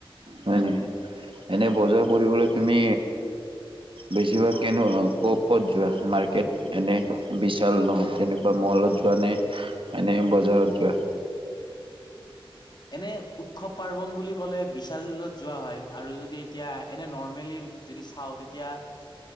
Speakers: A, on the right (about 65°); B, on the left (about 50°).
A: হয় নেকি এনে বজাৰ কৰিবলৈ তুমি। বেছিভাগ কেনো ক' ক'ত যোৱা মাৰ্কেট এনে বিশাল নহয় তেনেকুৱা মলত। যোৱা নে এনে বজাৰত যোৱা।
B: <inaudible> এনে উৎসৱ পাৰ্বন বুলি ক'লে বিশালত যোৱা হয় আৰু যদি এতিয়া। এনে নৰ্মেলি যদি চাওঁ তেতিয়া।